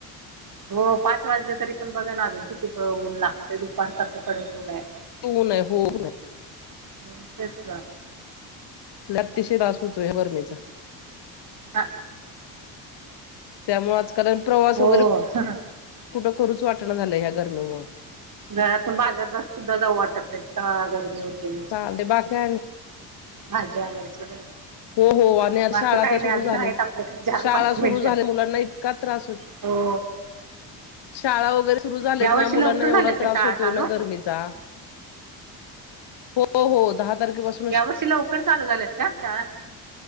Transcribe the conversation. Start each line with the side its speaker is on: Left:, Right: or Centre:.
Right: हो पाच वाजले तरी पण बघा ना अजून किती ऊन लागते दुपार सारं कडक ऊन आहे
Left: तऊ नाहीय होऊनय
Right: ह तेच
Left: ल अतिशय राास होतो ह्या गरमेचा
Right: हा
Left: त्यामुळे आजकाल प्रवास
Right: हो
Left: वगैरे कुठं करूच वाटणं झालं ह्या गरमीमुळ
Right: घरातून बाजारलाच सुद्धा जाऊ वाटत नाही इतका गरमी होते नुसत
Left: चालतंय बाकी काय नाही
Right: भाजी आणायला सुद्धा
Left: हो हो आणि आज
Right: बाकी
Left: शाळा
Right: काही
Left: त्या
Right: नाही
Left: सुरू
Right: अजून
Left: झाल्यात
Right: आहेत आपल्याकडे चार
Left: शाळा
Right: पाच
Left: सुरू
Right: मिनिटं
Left: झाल्या मुलांना इतका त्रास होत
Right: हो
Left: शाळा वगैरे सुरू झाल्यात
Right: या वर्षी
Left: ना मुलांना
Right: लवकर झाल्यात
Left: एवढा
Right: का
Left: त्रास
Right: शाळा
Left: होतोय
Right: चालू?
Left: ना गर्मीचा हो हो दहा तारखेपासून
Right: यावर्षी लवकर चालू झाल्यात का शाळा